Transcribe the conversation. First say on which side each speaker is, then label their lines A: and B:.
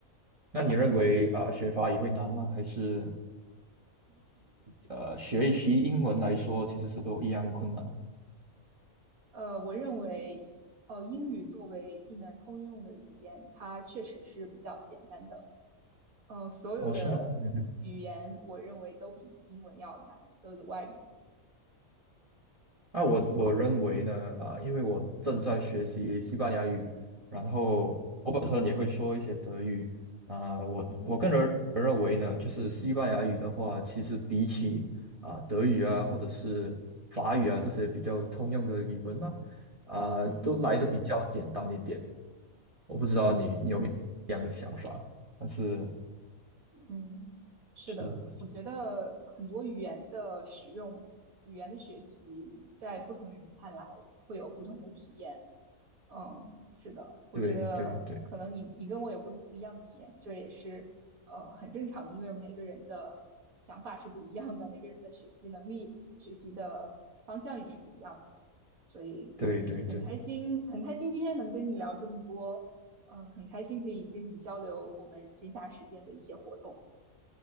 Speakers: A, on the right; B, on the right.
A: 那你认为啊、呃学法语会难吗？还是呃学习英文来说，其实是都一样困难。
B: 呃，我认为呃英语作为一门通用的语言，它确实是比较简单的。呃，所有的语言我认为都比英文要难，
A: 哦，是吗？嗯哼，
B: 所有的外语。
A: 那我我认为呢，啊、因为我正在学习西班牙语，
B: 嗯
A: 然后我本身也会说一些德语，啊、我我个人认为呢，
B: 嗯嗯。
A: 就是西班牙语的话，其实比起啊、德语啊或者是法语啊这些比较通用的语文呢、啊，
B: 嗯
A: 都来的比较简单一点。我不知道你你有没有这样的想法，
B: 嗯，
A: 但是
B: 嗯，是的，
A: 是
B: 我觉得很多语言的使用、语言的学习，在不同的人看来会有不同的体验。嗯，是的，我觉得可能你你跟我有不不一样的体验，
A: 对对对
B: 这也是呃很正常的，因为每个人的想法是不一样的，每个人的学习能力、学习的方向也是不一样的，所以嗯，
A: 对对对。
B: 很开心，很开心今天能跟你聊这么多，嗯，很开心可以跟你交流我们闲暇时间的一些活动。